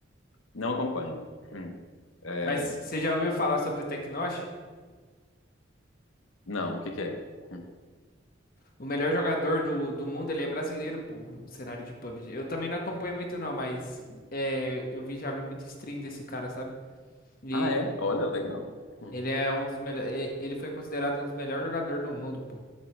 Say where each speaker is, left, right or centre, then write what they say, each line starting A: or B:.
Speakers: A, on the left; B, on the left.
A: Não acompanho. Hum. É,
B: Mas você já ouviu falar sobre o Teknosh?
A: Não, o que que é? Hum.
B: O melhor jogador do, do mundo, ele é brasileiro, pô, o cenário de PUBG. Eu também não acompanho muito, não, mas é, eu vi, já vi muito stream desse cara, sabe? E
A: Ah, é? Olha, legal. Hum.
B: ele é um dos melhores. Ele foi considerado um dos melhores jogadores do mundo, pô.